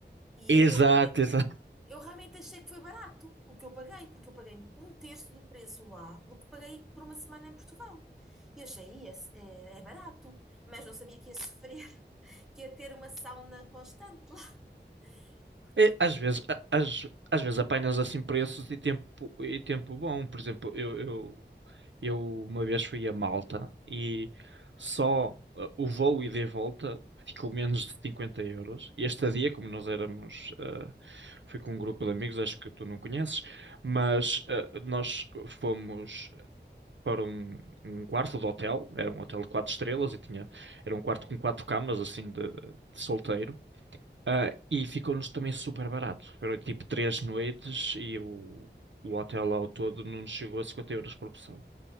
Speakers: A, in the centre; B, on the right.
A: E
B: Exato,
A: eu realmente,
B: exato.
A: eu realmente achei que foi barato o que eu paguei, porque eu paguei um terço do preço lá do que paguei por uma semana em Portugal. E eu achei, "Ia- é, é barato, mas não sabia que ia sofrer, <laughs> que ia ter uma sauna constante lá. Portanto,
B: É, Às
A: foi
B: vezes,
A: assim,
B: a- às, às vezes apenas assim preços e tempo, e tempo bom. Por exemplo, eu, eu, eu uma vez fui a Malta e só uh, o voo ida e volta ficou menos de 50 euros. E esta dia, como nós éramos, uh, fui com um grupo de amigos, acho que tu não conheces, mas uh, nós fomos para um, um quarto de hotel, era um hotel de quatro estrelas e tinha, era um quarto com quatro camas, assim, de de solteiro. Ah, e ficou-nos também super barato. Foram tipo três noites e o, o hotel ao todo não nos chegou a 50 euros por pessoa. Ou